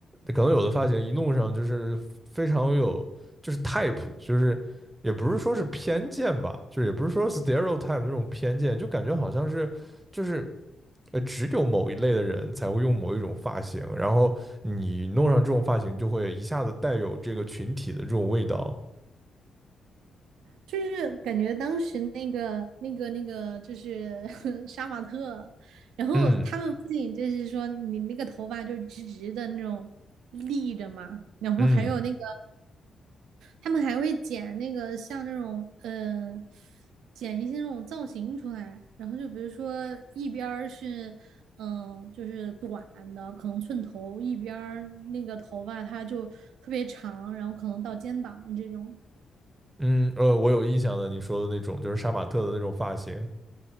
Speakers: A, on the right; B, on the right.
A: 可能有的发型一弄上就是非常有，就是 type，就是也不是说是偏见吧，就是也不是说 stereotype 那种偏见，就感觉好像是就是呃只有某一类的人才会用某一种发型，然后你弄上这种发型就会一下子带有这个群体的这种味道。
B: 就是感觉当时那个、那个、那个，就是 <laughs> 杀马特，然后他们不仅就是说你那个头发就是直直的那种立着嘛，
A: 嗯
B: 然后还有那个
A: 嗯
B: 他们还会剪那个像那种嗯、呃剪一些那种造型出来，然后就比如说一边儿是嗯、呃就是短的，可能寸头，一边儿那个头发它就特别长，然后可能到肩膀这种，
A: 嗯，呃，我有印象的，你说的那种就是杀马特的那种发型，